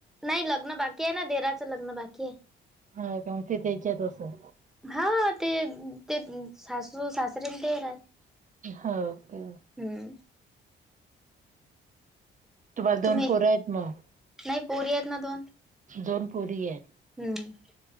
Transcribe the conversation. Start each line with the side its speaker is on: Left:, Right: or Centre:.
Centre: नाही लग्न बाकी आहे ना देराचं लग्न बाकी आहे.
Right: हा का म्हग ते त्याच्यात असं,
Centre: हा ते ते सासू सासरे ते रा,
Right: हो, का
Centre: हम्म,
Right: तुम्हाला दोन
Centre: तुम्ही
Right: पोर आहेत मग!
Centre: नाही पोरी आहेत ना दोन!
Right: दोन पोरी आहेत.
Centre: हम्म,